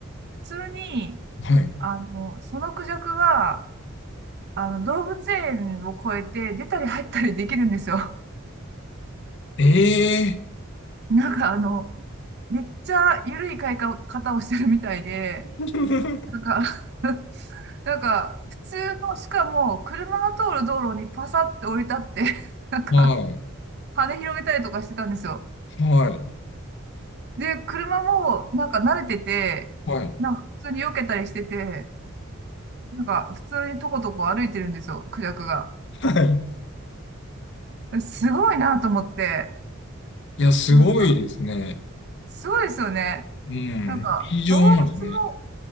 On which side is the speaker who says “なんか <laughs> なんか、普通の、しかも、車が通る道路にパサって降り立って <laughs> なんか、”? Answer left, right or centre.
Right